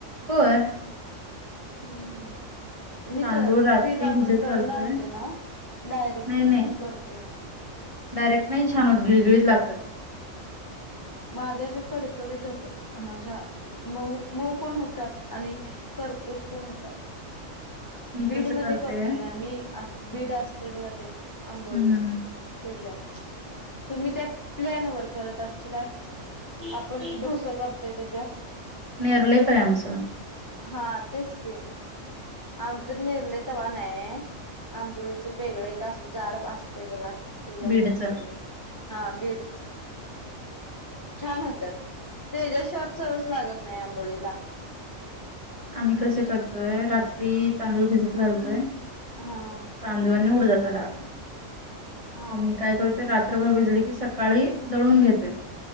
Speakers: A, on the right; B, on the left.
A: होय.
B: हम्म हम्म. मी
A: तांदूळ
B: तर
A: रात्री
B: पीठ आपण
A: भिजत
B: दळून
A: घालतोय
B: आणते ना डायरेक्ट
A: नाही
B: तची
A: नाही
B: करतोय.
A: डायरेक्ट नाही छान होत गळळीत लातात.
B: माझ्या अस कडकडीत होतात असा मऊ मऊ पण होतात आणि. कर्पूस पण होतात.
A: मी
B: बीड
A: कसं
B: मध्ये
A: करते
B: करतोय ना मी बीड असते बघा ते आंबोळीच.
A: हम्म
B: तेच्या तुम्ही त्या प्लॅन वर करत आशीला. आपण डोस करतोय त्याच्या.
A: नेरलेप हाय आमचं.
B: हा तेच की. आमचच निर्ले तवा आहे आंबोळीच वेगळं एक असं झाड अस. ते बघा ते जेव
A: बीडचं
B: कररतोय मी हा बीडच. छान होत्या तेच्याशिवार चवच लागत नाही आंबोळीला.
A: आम्ही कसे करतोय रात्री तांदूळ भिजत घालतोय.
B: हा
A: तांदूळ आणि उडदाचा डाळ.
B: हा
A: आम्ही काय करतोय रात्रभर भेजली की सकाळी दळून घेतोय.